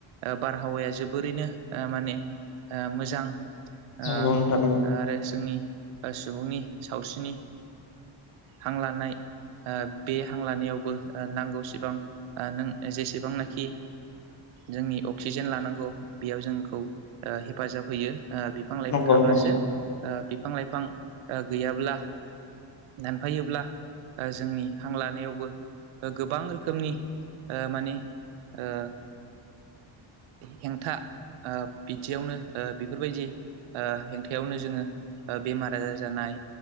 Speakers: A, on the right; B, on the left.
A: ओ बारहावाया जोबोरैनो ओ माने ओ मोजां। आरो
B: नंगौ नोंथां नंगौ
A: जोंनि सुबुंनि सावस्रिनि हां लानाय बे हां लानायावबो नांगौसिबां नों जेसेबांनाखि जोंनि अक्सिजेन लानांगौ बेयाव जोंखौ हेफाजाब होयो। बिफां लाइफां
B: नंगौ
A: थाब्लासो
B: नोंथां
A: बिफां लाइफां गैयाब्ला दानफायोब्ला जोंनि हां लानायावबो गोबां रोखोमनि माने ओ हेंथा बिदियावनो बेफोरबायदि हेंथायावनो जोङो बेमार आजार जानाय